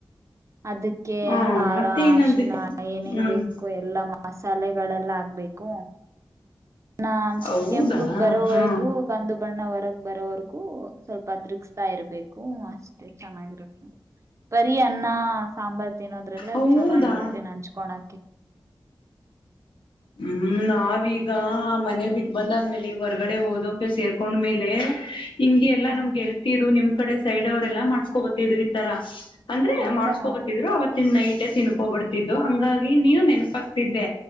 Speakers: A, on the right (about 35°); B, on the left (about 80°).
A: ಅದಕ್ಕೆ
B: ಹ
A: ಖಾರ
B: ಮತ್ತೆ ಇನ್ನೊಂದು
A: ಅರಶಿನ ಏನೇನ್
B: ಹ್ಮ್
A: ಬೇಕು ಎಲ್ಲಾ ಮಸಾಲೆ ಗಳೆಲ್ಲ ಆಗ್ಬೇಕು. ನಾ
B: ಹೌದಾ
A: ಕೆಂಪಗ್ ಬರೋವರ್ಗೂ
B: ಹಾ
A: ಕಂದು ಬಣ್ಣವರಗ್ ಬರೋವರ್ಗೂ ಸ್ವಲ್ಪ ತಿರ್ಗ್ಸ್ತಾ ಇರ್ಬೇಕೂ ಅಷ್ಟೆ ಚೆನ್ನಾಗಿರುತ್ತೆ. ಬರೀ ಅನ್ನ ಸಾಂಬಾರ್ ತಿನ್ನೋದ್ರಲ್ಲೇ
B: ಹೌದಾ
A: ಅದು ಚೆನ್ನಾಗಿರುತ್ತೆ ನಂಚ್ಕೊಣಕ್ಕೆ.
B: ಹ್ಮ್ ನಾವೀಗ ಮನೆ ಬಿಟ್ಟು ಬಂದಾದ್ಮೇಲೆ ಹೊರ್ಗಡೆ ಓದೋಕೆ ಸೇರ್ಕೊಂಡ್ಮೇಲೇ ಹಿಂಗೆ ಎಲ್ಲಾ
A: ಹ್ಮ್
B: ನಮ್ ಗೆಲ್ತಿರು ನಿಮ್ ಕಡೆ ಸೈಡ್ ಅವ್ರೆಲ್ಲ ಮಾಡ್ಸ್ಕೋಬತಿದ್ರ್ ಈ ತರ. ಅಂದ್ರೆ
A: ಹೌದಾ
B: ಮಾಡ್ಸ್ಕೊಬತಿದ್ರು ಅವರ ತ್ತಿನ್ ನೈಟೆ ತಿನ್ಕೋಬಿಡ್ತಿದ್ದೋ ಹಂಗಾಗಿ ನೀನು ನೆನಪಾಗ್ತಿದ್ದೆ